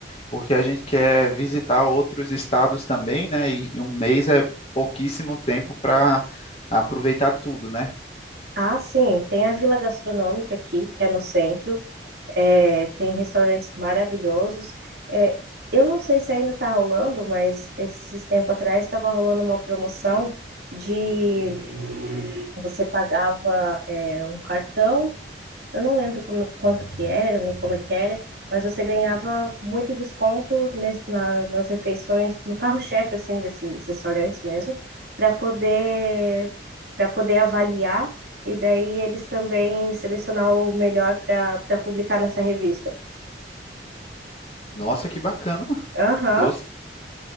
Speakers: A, on the left; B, on the right.
A: porque a gente quer visitar outros estados também, né? E, e um mês é pouquíssimo tempo para aproveitar tudo, né?
B: Ah, sim, tem a Vila Gastronômica aqui, que é no centro, é, tem restaurantes maravilhosos. É, eu não sei se ainda está rolando, mas esses tempo atrás estava rolando uma promoção de você pagava, é, um cartão. Eu não lembro como, quanto que era, nem como é que era, mas você ganhava muito desconto nes- na- nas refeições, no carro-chefe, assim, desses restaurantes mesmo, para poder, para poder avaliar e daí eles também selecionar o melhor para para publicar nessa revista.
A: Nossa, que bacana!
B: Aham,
A: Gos-